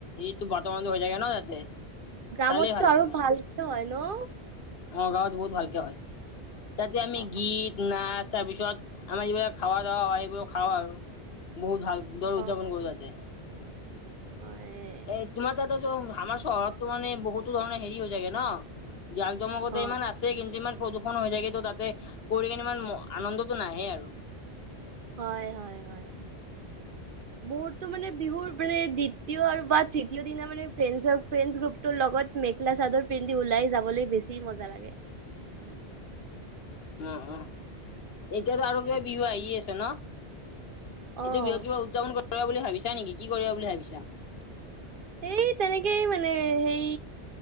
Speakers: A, on the left; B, on the right.
A: এইটো বৰ্তমানতো হৈ যায়গে ন তাতে।
B: গ্ৰামততো
A: চালে লাগে
B: আৰু
A: মানে
B: ভাল হয় ন।
A: অ গাঁৱত বহুত ভালকে হয় তাতে আমি
B: অ',
A: গীত নাচ তাৰ পিছত আমাৰ যিবিলাক খাৱা দাৱা হয় সেইবোৰ খাওঁ আৰু বহুত ভাল দৰ
B: অ',
A: উদযাপন কৰো তাতে।
B: হয়।
A: এ তোমাৰ তাতে টো আমাৰ চহৰততো মানে বহুতো ধৰণৰ হেৰি হৈ যায়গে ন জাক জমকত
B: অ',
A: ইমান আছে কিন্তু ইমান প্ৰদূষণ হৈ যায়গে তো তাতে কৰি কিনে ইমান আনন্দতটো নাহে আৰু
B: হয় হয় হয় মোৰটো মানে বিহুৰ মানে দ্বিতীয় আৰু বা তৃতীয় দিনা মানে ফ্ৰেন ফ্ৰেণ্ডছ গ্ৰুপটোৰ লগত মেখেলা চাদৰ পিন্ধি ওলাই যাবলৈ বেছি মজা লাগে
A: উম উম এতিয়াতো আৰু কিবা বিহু আহিয়ে আছে ন।
B: অ',
A: এইটো বিহুত কিবা উদযাপন কৰিব বুলি ভাবিছা নেকি কি কৰিবা বুলি ভাবিছা?
B: এই তেনেকেই মানে হেই